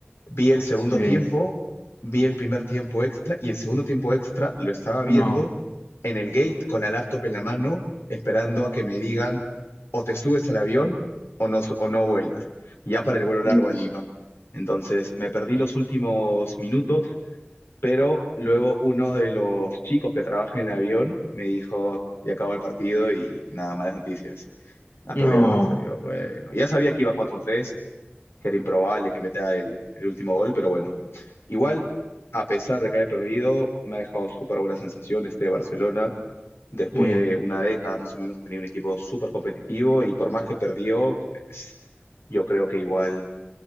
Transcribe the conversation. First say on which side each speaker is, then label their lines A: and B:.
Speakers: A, on the left; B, on the left.
A: vi el segundo
B: Sí.
A: tiempo, vi el primer tiempo extra y el segundo tiempo extra lo estaba viendo
B: No.
A: en el gate con la laptop en la mano, esperando a que me digan o te subes al avión o no, s- o no vuelas, ya para el vuelo largo
B: Dios.
A: a Lima. Entonces me perdí los últimos minutos pero luego uno de los chicos que trabaja en el avión me dijo, ya acabó el partido y nada, malas noticias. Ha
B: No.
A: perdido el Barça. Yo, bueno, ya sabía que iba 4-3, que era improbable que meta el, el último gol, pero bueno. Igual, a pesar de que haya perdido, me ha dejado súper buena sensación este Barcelona. Después
B: Sí.
A: de una década más o menos tenía un equipo súper competitivo y por más que perdió, pues yo creo que igual